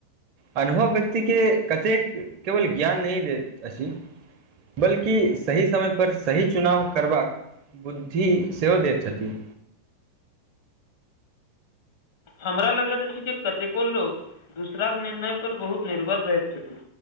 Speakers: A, on the right (about 40°); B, on the left (about 50°).
A: अनुभव व्यक्ति के कतेक केवल ज्ञान नहि देैत अछि बल्कि सही समय पर सही चुनाव करबाक बुद्धि से हो दति छथि
B: हमरा लगैत अछि जे कतेको लोक दूसराक निर्णय पर बहुत निर्भर रहैत छथिन